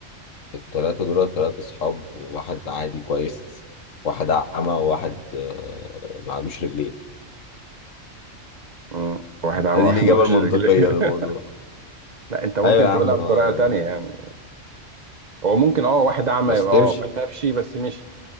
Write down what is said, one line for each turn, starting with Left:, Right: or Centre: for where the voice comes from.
Left: التلاتة دول تلاتة صحاب واحد عادي كويس واحد أعمى وواحد آه، معلوش رجلين
Right: مم. واحد عمى
Left: ده دي
Right: واحد
Left: الإجابة
Right: مالوش
Left: المنطقية
Right: رجلين <laughs>
Left: للموضوع
Right: لا انت ممكن
Left: أيوة يا عم
Right: تقولها
Left: آه،
Right: بطريقة تانية يعني هو ممكن اه واحد اعمى
Left: بس
Right: يبقى
Left: تمشي
Right: اه ما شافش بس مشي